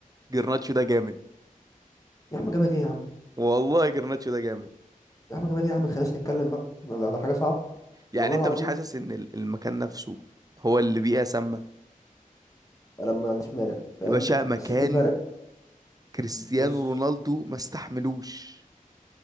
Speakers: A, on the right; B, on the left.
A: جرناتشو ده جامد
B: يا عم جامد ايه يا عم
A: والله جرناتشو ده جامد
B: يا عم جامد ايه يا عم ما خليناش نتكلم بقى ده ده حاجه صعبه
A: يعني
B: والله
A: انت
B: العظيم
A: مش حاسس ان ال- المكان نفسه هو اللي بيئة سامة
B: انا ما عنديش مانع فاهم
A: يا باشا مكان
B: بس في فرق
A: كريستيانو
B: بص
A: رونالدو ما استحملوش